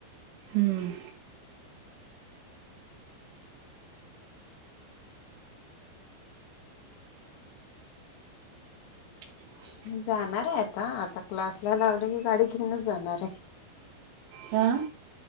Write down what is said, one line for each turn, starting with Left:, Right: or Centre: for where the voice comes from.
Right: हम्म. ह.
Left: जाणार आहे आता आता क्लासला लावले की गाडी घेऊनच जाणार आहे.
Right: हा.